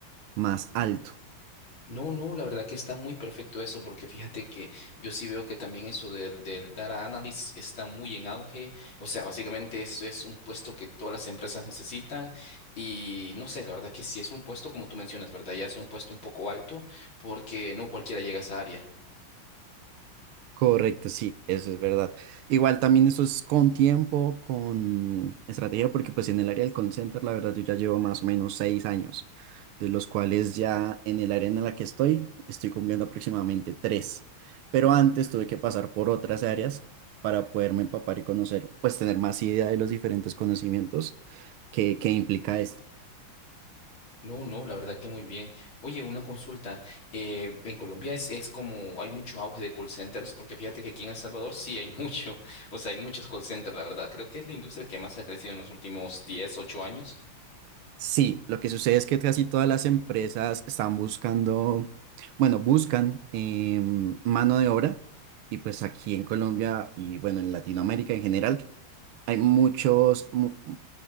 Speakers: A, on the right; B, on the left.
A: más alto.
B: No, no, la verdad que está muy perfecto eso, porque fíjate que yo sí veo que también eso del, del data analyst está muy en auge. O sea, básicamente eso es un puesto que todas las empresas necesitan. Y no sé, la verdad que sí es un puesto, como tú mencionas, ¿verdad? Ya es un puesto un poco alto, porque no cualquiera llega a esa área.
A: Correcto, sí, eso es verdad. Igual también eso es con tiempo, con estrategia, porque pues en el área del call center, la verdad, yo ya llevo más o menos seis años, de los cuales ya en el área en la que estoy, estoy cumpliendo aproximadamente tres. Pero antes tuve que pasar por otras áreas para poderme empapar y conocer, pues tener más idea de los diferentes conocimientos que, que implica esto.
B: No, no, la verdad que muy bien. Oye, una consulta. eh, en Colombia es, es como hay mucho auge de call centers, porque fíjate que aquí en El Salvador sí hay mucho, <laughs> o sea, hay muchos call centers, la verdad. Creo que es la industria que más ha crecido en los últimos 10, 8 años.
A: Sí, lo que sucede es que casi todas las empresas están buscando, bueno, buscan em, mano de obra y pues aquí en Colombia y bueno, en Latinoamérica en general hay muchos, mu- mu-